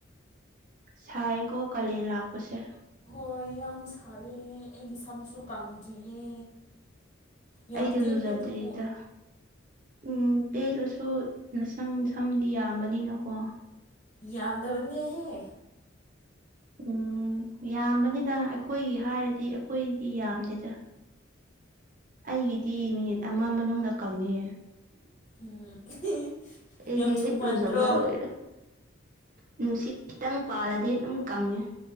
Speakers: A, on the right; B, on the left.
A: ꯁꯥꯏꯀꯣ ꯀꯥꯂꯦꯟ ꯂꯥꯛꯄꯁꯦ
B: ꯍꯣꯏ ꯌꯥꯝ ꯁꯥꯏꯌꯦ ꯑꯩꯒꯤ ꯁꯝꯁꯨ ꯀꯪꯗ꯭ꯔꯤꯌꯦ ꯌꯥꯝ
A: ꯑꯩꯗꯤ
B: ꯇꯦꯜꯂꯦ
A: ꯂꯨꯖꯗ꯭ꯔꯤꯗ
B: ꯑꯗꯨꯕꯨ
A: ꯎꯝ ꯇꯦꯜꯂꯁꯨ ꯅꯁꯪ ꯁꯝꯗꯤ ꯌꯥꯝꯕꯅꯤꯅꯀꯣ
B: ꯌꯥꯝꯗꯕꯅꯦꯍꯦ
A: ꯎꯝ ꯎꯝ ꯌꯥꯝꯕꯅꯤꯗ ꯑꯩꯈꯣꯏꯒꯤ ꯍꯥꯏꯔꯗꯤ ꯑꯩꯈꯣꯏꯗꯤ ꯌꯥꯝꯗꯦꯗ ꯑꯩꯒꯤꯗꯤ ꯃꯤꯅꯤꯠ ꯑꯃ ꯃꯅꯨꯡꯗ ꯀꯪꯉꯦ
B: ꯎꯝ
A: ꯑꯩꯗꯤ
B: ꯌꯥꯝ ꯊꯨꯃꯟꯗ꯭ꯔꯣ
A: ꯂꯨꯖꯕ ꯂꯣꯏꯔꯦ ꯅꯨꯡꯁꯤꯠ ꯈꯤꯇꯪ ꯄꯥꯜꯂꯗꯤ ꯑꯗꯨꯝ ꯀꯪꯉꯦ